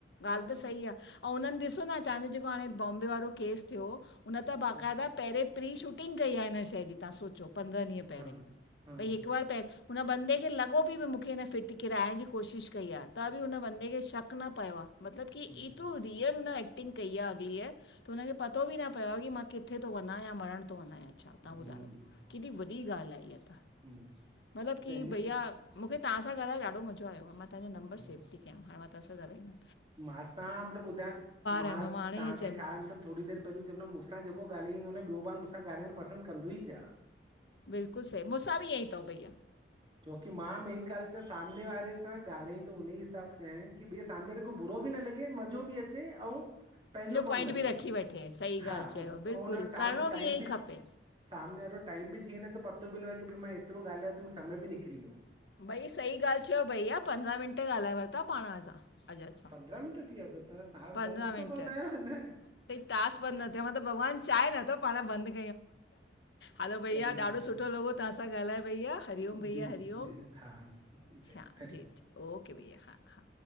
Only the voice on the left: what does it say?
ॻाल्हि
त सही आ, अउं हुनननि ॾिसो न तव्हांजो जेको हाणे बॉम्बे वारो केस थियो हुन त बाक़ाइदा
पहिरेंं प्री शूटिंग कई आ हिन शइ जी तव्हां सोचो पंद्रहं ॾींहं पहिरे,
भई हिकु बार पहिरं हुन बंदे खे लॻो भी भई मूंखे हिन फिटी किराइण जो कोशिश कई आ त बि उन बंदे खे शक न पियो आ मतलब की
एतिरो रियल हुन एक्टिंग कई्या अगलीअ त हुनखे पतो बि न पियो आ की मां किथे तो वञा या मरण तो वञा या? छा ता
ॿुधायो?
केॾी वॾी ॻाल्हि आ इहा त,
मतिलबु की
भईया
मूंखे तव्हांसा ॻाल्हाए ॾाढो मज़ो आयो, मां तवांजों नंबर
सेव ती कयां हाणे मां तव्हांसा ॻालाईंदमि।
रहंदो आहे
हाणे ईअं चवंदमि
बिल्कुलु सही मूंसां बि ईअं ई तव भईया।
पॉइंट
बि रखी वठे सही
ॻाल्हि
चयो बिल्कुलु
करिणो
ईअं
ई खपे
भई सही ॻाल्हि चयो भईया, पंद्रहं मिंट ॻाल्हाए वरिता पाण असां अॼ असां।
पंद्रहं
मिंट
टास्क बंदि न थियो आ मतलब भॻवान चाहे नथो पाण बंदि हलो भैया
ॾाढो सुठो लॻो तव्हां सां ॻाल्हाए भैया, हरिओम
भैया
हरिओम।
अच्छा
जी जी ओके भैया हा हा